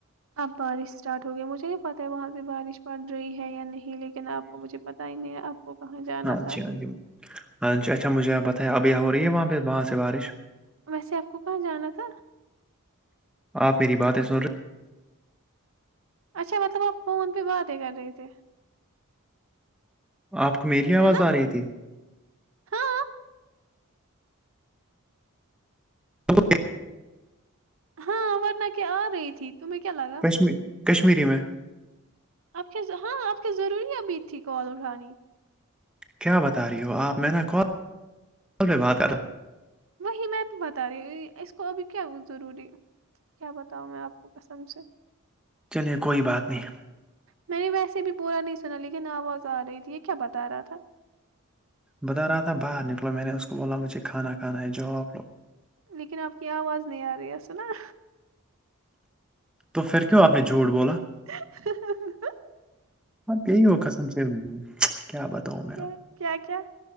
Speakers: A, on the right; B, in the centre.
A: اب بارش اسٹارٹ ہو گیا مجھے یہ پتاہ ہے وہاں سے بارش پڑ رہی ہے یا نہیں لیکن آپ کو مجھے پتا ہی نہیں ہے آپ کو کہاں جانا
B: ہاں
A: تھا
B: جی ہاں جی ہاں جی اچھا مجھے پتہیا ابھی ہو رہی ہے وہاں پہ وہاں سے بارش
A: ویسے آپ کو کہاں جانا تھا
B: آپ میری باتیں سن رہے
A: اچھا مطلب آپ فون پہ باتیں کر رہے تھے
B: آپ کو میری آواز
A: ہے نا
B: آ رہی تھی
A: ہاں
B: تو
A: ہاں ورنہ کہ آ رہی تھی تمہیں کیا لگا
B: کشمی کشمیی میں-
A: آپ کے ہاں آپ کے ضروری اب تھی کال اٹھانی
B: کیا بتا رہی ہو آپ میں نا کال پ بات کر رہے
A: وہی میں بھی بتا رہی اس کو ابھی کیا ضروری کیا بتاؤ میں آپ کو کسم سے
B: چلیے کوئی بات نہیں ہے
A: میں نے ویسے بھی پورا نہیں سنا لیکن آواز آ رہی تھی یہ کیا بتا رہا تھا
B: بتا رہا تھا باہر نکلو میں نے اس کو بولا مجھے کھانا کھا ہے جوا آپ لو-
A: لیکن آپ کی آواز نہیں آ رہی ہے س نا-
B: تو پھر کیوں آپ نے جھوٹ بولا?
A: <unintelligible>
B: ہاں یہی ہو قسم سے کیا بتاؤں میں
A: کیا
B: ا-
A: کیا کیا